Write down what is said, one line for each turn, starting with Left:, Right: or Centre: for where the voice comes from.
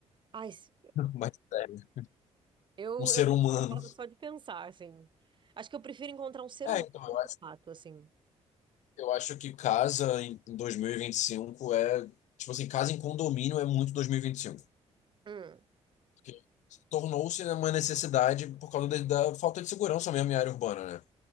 Right: ai, s-
Left: <laughs> Mas é,
Right: eu,
Left: um ser
Right: eu
Left: humano.
Right: tô falando só de pensar, assim. Acho que eu prefiro encontrar um ser
Left: É,
Right: humano
Left: então, eu
Right: que
Left: acho,
Right: é um rato, assim.
Left: eu acho que casa em 2025 é. Tipo assim, casa em condomínio é muito 2025.
Right: Hum.
Left: Porque tornou-se uma necessidade por causa da, da falta de segurança mesmo em área urbana, né?